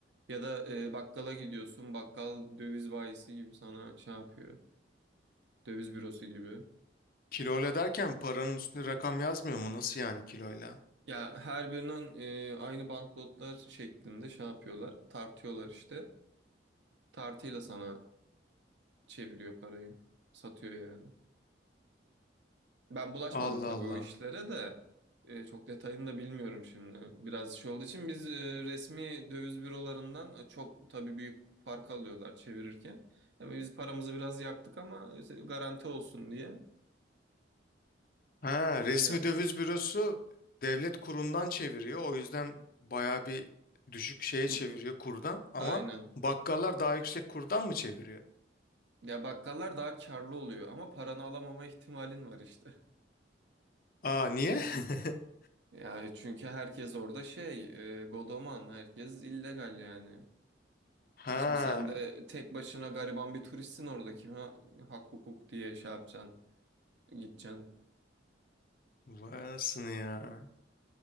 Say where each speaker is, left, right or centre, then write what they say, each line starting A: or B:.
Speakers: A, on the right; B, on the left.
A: Ya da e, bakkala gidiyorsun, bakkal döviz bayisi gibi sana şey yapıyor, döviz bürosu gibi.
B: kiloyla derken paranın üstüne rakam yazmıyor mu? Nasıl yani kiloyla?
A: Ya her birinin e, aynı banknotlar şeklinde şey yapıyorlar, tartıyorlar işte. Tartıyla sana çeviriyor parayı, satıyor yani. Ben bulaşmadım
B: Allah
A: tabii
B: Allah.
A: o işlere de. E, çok detayını da bilmiyorum şimdi. Biraz şey olduğu için biz e, resmi döviz bürolarından e, çok tabii büyük fark alıyorlar çevirirken. Yani biz paramızı biraz yaktık ama işte garanti olsun diye
B: Ha,
A: öyle
B: resmi
A: yaptık.
B: döviz bürosu devlet kurundan çeviriyor. O yüzden baya bir düşük şeye çeviriyor
A: Hı,
B: kurdan. Ama
A: Aynen.
B: bakkallar daha yüksek kurdan mı çeviriyor?
A: Ya bakkallar daha karlı oluyor ama paranı alamama ihtimalin var işte. <laughs>
B: Aa niye? <laughs>
A: Yani çünkü herkes orada şey, e, godoman, herkes illegal yani.
B: Ha,
A: Şimdi sen de tek başına gariban bir turistsin orada. Kime hak hukuk diye şey yapacaksın, gideceksin.
B: vay anasını ya.